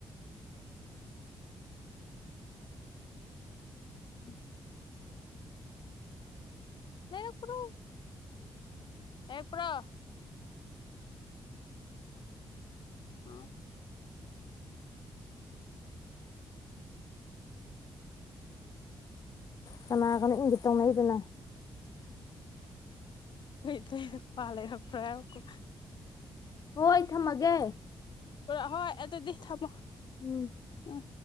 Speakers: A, on the left; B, on the left.
A: ꯎꯝ ꯂꯩꯔꯛꯄ꯭ꯔꯣ ꯂꯩꯔꯛꯄ꯭ꯔꯣ ꯎꯝ
B: ꯀꯅꯥꯒꯅꯣ ꯢꯪꯒꯤꯠ ꯇꯧꯅꯩꯗꯨꯅ
A: ꯈꯣꯢ ꯢꯇꯩꯗ ꯀ꯭ꯋꯥ ꯂꯩꯔꯛꯄ꯭ꯔꯥ ꯉꯥꯢꯈꯣ
B: ꯍꯣꯏ ꯊꯝꯃꯒꯦ
A: ꯍꯣꯏ ꯑꯗꯨꯗꯤ ꯊꯝꯃꯣ
B: ꯎꯝ
A: ꯎꯝ